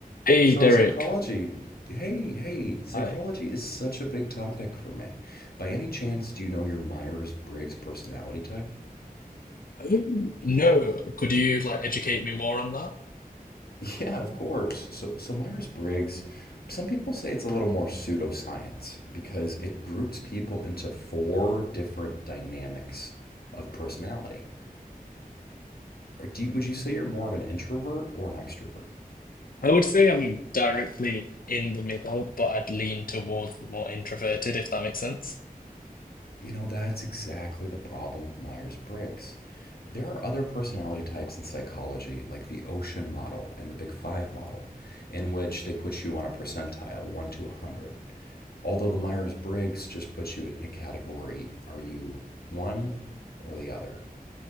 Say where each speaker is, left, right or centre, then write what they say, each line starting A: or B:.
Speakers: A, on the left; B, on the left.
A: Hey
B: So,
A: Derek,
B: psychology, hey, hey, psychology
A: hi.
B: is such a big topic for me. By any chance, do you know your Myers-Briggs personality type?
A: Um, no, could you like educate me more on that?
B: <laughs> Yeah, of course. So, so Myers-Briggs, some people say it's a little more pseudoscience because it groups people into four different dynamics of personality. Or do you, would you say you're more of an introvert or an extrovert?
A: I would say I'm directly in the middle, but I'd lean towards more introverted, if that makes sense.
B: You know, that's exactly the problem with Myers Briggs. There are other personality types in psychology, like the ocean model and the Big Five model, in which they put you on a percentile, 1 to 100. Although the Myers Briggs just puts you in a category are you one or the other?